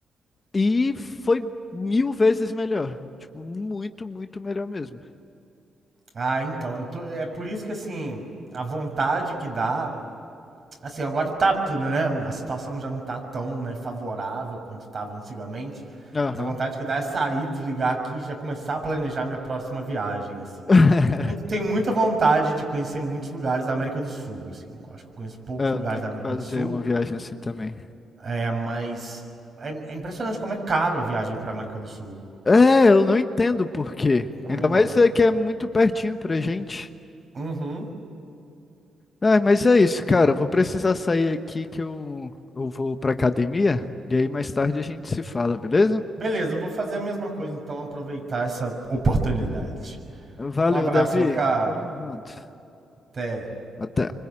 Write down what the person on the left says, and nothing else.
E foi mil vezes melhor. Tipo, muito, muito melhor mesmo.
Aham.
<laughs>
É,
Eu tenho
que fazer
uma viagem assim também.
É, eu não entendo por quê.
Ainda
mais é que é muito pertinho pra gente.
Ah, mas é isso, cara. Eu vou precisar sair aqui que eu, eu vou pra academia. E aí mais tarde a gente se fala, beleza?
Valeu,
Davi.
Tamo junto.
Até.